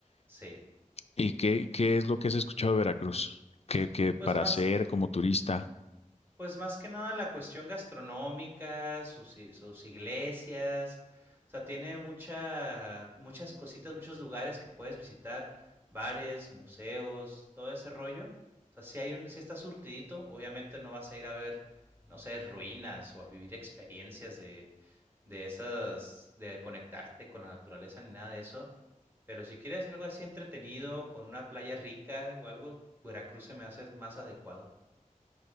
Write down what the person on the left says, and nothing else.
¿Y qué, qué es lo que has escuchado de Veracruz? Que, que para
hacer como turista,